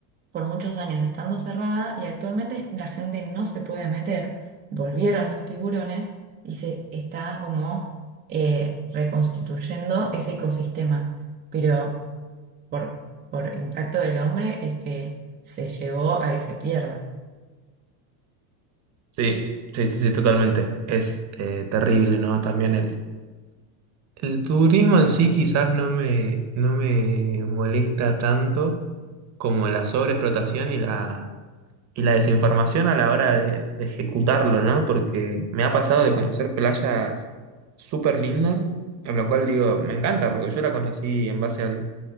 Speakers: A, on the right (about 20°); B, on the right (about 35°).
A: por muchos años estando cerrada y actualmente la gente no se puede meter. Volvieron los tiburones y se está como eh, reconstituyendo ese ecosistema. Pero por, por impacto del hombre es que se llevó a que se pierda.
B: Sí, sí, sí, sí, totalmente. Es eh, terrible, ¿no? También el, el turismo en sí quizás no me, no me molesta tanto como la sobreexplotación y la y la desinformación a la hora de, de ejecutarlo, ¿no? Porque me ha pasado de conocer playas súper lindas, en lo cual digo, me encanta, porque yo la conocí en base al